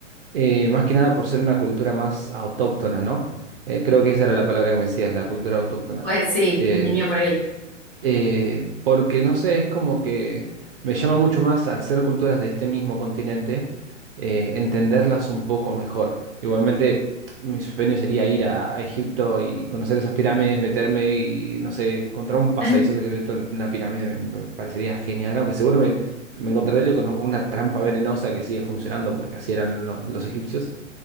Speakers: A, on the right; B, in the centre.
A: eh, más que nada por ser una cultura más autóctona, ¿no? Eh, creo que esa era la palabra que me decías, la cultura autóctona.
B: pues sí,
A: Eh,
B: venía por ahí.
A: eh, porque no sé, es como que me llama mucho más al ser culturas de este mismo continente, eh, entenderlas un poco mejor. Igualmente, mi sueño sería ir a, a Egipto y conocer esas pirámides, meterme y, no sé, encontrar un pasadizo
B: <laughs>
A: secreto en una pirámide, me, me parecería genial, aunque seguro me, me encontraré con alguna trampa venenosa que sigue funcionando porque así eran los, los egipcios.